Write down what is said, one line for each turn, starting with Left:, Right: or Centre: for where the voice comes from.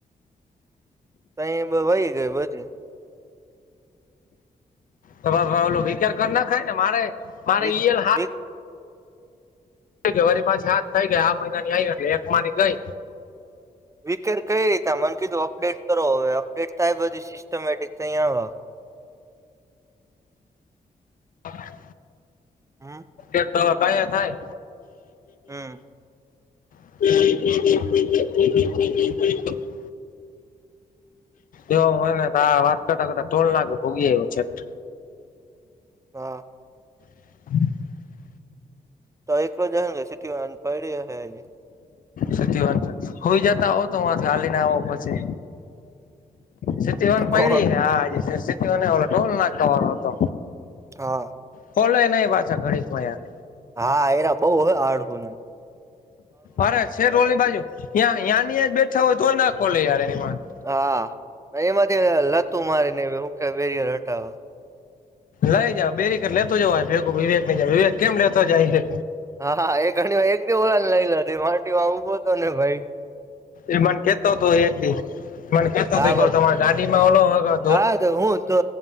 Right: તઈ એ બે વઈ ગઈ પછી.
Left: તમાર ભાવલો વિચાર કર નખાય ને મારે મારે
Right: વીક
Left: ઈયલ સા
Right: વીક
Left: થઈ ગયા. વરીમાં સાત થઈ ગયા, આ મહિનાની આઈવી એટલે એક માની ગઈ.
Right: વિકેડ કઈ રીતા મન કીધું અપડેટ કરો, હવે અપડેટ થાય બધી સિસ્ટમેટિક તઈયા
Left: <inaudible>
Right: હમ્મ.
Left: એ તો હવ કયા થાય.
Right: હમ્મ.
Left: <inaudible> એવુ હોય ને તો આ વાત કરતા કરતા ધોલ નાકે પોગી આયવો છેટ.
Right: હા.
Left: <inaudible>
Right: તઈ એકલો જ અહે ન કે સીટીવાળાન પઈડી અહે અહિની.
Left: સાચી વાત છે, હૂઈ જતા હો તો <unintelligible> હાલીન આવો પછી સીટીવાળાન પઈડી
Right: કોણ
Left: હે હા એ જે સીટીવાળો ની ઓલો ટોલ નાકાવાળો હતો.
Right: હા.
Left: ખોલોય નઈ પાછા ઘડીમાય આ.
Right: હા, એરા બઉ હ આળહુના.
Left: અરે છેટ ઓલી બાજુ યાં યાંની યાં બેઠા હોય તોય ના ખોલે યાર એની માં
Right: હા, કઈ એમાંથી લતું મારીને હું કે બેરિયર હટાવે.
Left: લઈ જા બેરીકર લેતો જવાય ભેગું વિવેકને ન્યા, વિવેક કેમ લેતો જાય?
Right: હા, હા એ ઘણીમાં એક દી ઓલાન લઈ લેત એ માટીમાં ઉભો તો ને ભઈ
Left: એ મન કેતો તો એક દી, મન કેતો
Right: હા
Left: તો એકવાર
Right: બસ
Left: તમાર ગાડીમાં ઓલો અ
Right: હા, તે હું તો